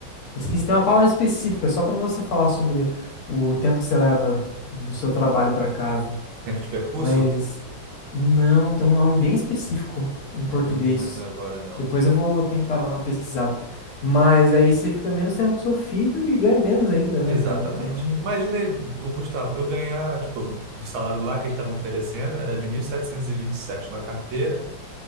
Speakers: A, on the left; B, on the right.
A: Eu Esqueci, tem uma palavra específica só pra você falar sobre o tempo que você leva do seu trabalho pra casa.
B: Tempo de percurso?
A: Mas não, tem um nome bem específico em
B: É,
A: português.
B: eu não lembro agora, não.
A: Depois eu vou tentar dar uma pesquisada. Mas aí você fica menos tempo com seu filho e ganha menos ainda, né,
B: Exatamente.
A: cara? Então.
B: Imaginei, o Gustavo, eu ganhar, tipo, o salário lá que eles estavam oferecendo era de mil setecentos e e vinte e sete na carteira,